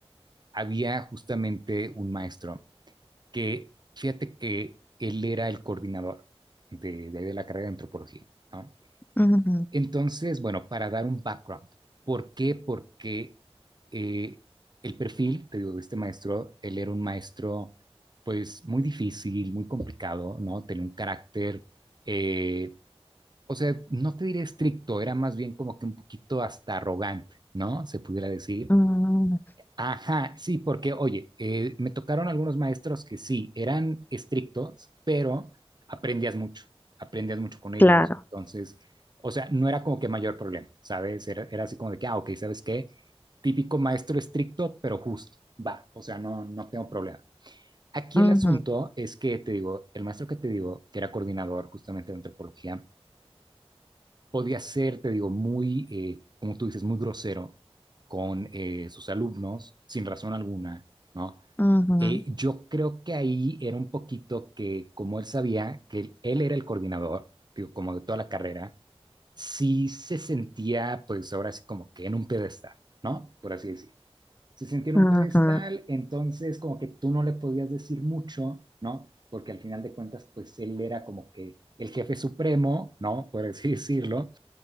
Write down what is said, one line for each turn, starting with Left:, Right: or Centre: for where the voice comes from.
Right: había justamente un maestro que, fíjate que él era el coordinador de, de ahí de la carrera de antropología, ¿no?
Left: Ujú,
Right: Entonces, bueno, para dar un background, ¿por qué? Porque eh, el perfil, te digo, de este maestro, él era un maestro pues muy difícil, muy complicado, ¿no? Tenía un carácter... eh, o sea, no te diré estricto, era más bien como que un poquito hasta arrogante, ¿no? Se pudiera decir.
Left: ujú,
Right: Ajá, sí, porque, oye, eh, me tocaron algunos maestros que sí, eran estrictos, pero aprendías mucho, aprendías mucho con ellos.
Left: claro.
Right: Entonces, o sea, no era como que mayor problema, ¿sabes? Era, era así como de que, ah, ok, ¿sabes qué? Típico maestro estricto, pero justo, va, o sea, no, no tengo problema. Aquí
Left: ujú,
Right: el asunto es que, te digo, el maestro que te digo, que era coordinador justamente de antropología, podía ser, te digo, muy, eh, como tú dices, muy grosero con eh, sus alumnos, sin razón alguna, ¿no?
Left: ujú,
Right: Eh, yo creo que ahí era un poquito que, como él sabía que él era el coordinador, digo, como de toda la carrera, sí se sentía, pues ahora sí, como que en un pedestal, ¿no? Por así decir. Se sentía en
Left: ujú.
Right: un pedestal, entonces como que tú no le podías decir mucho, ¿no? Porque al final de cuentas, pues él era como que el jefe supremo, ¿no? Por así decirlo.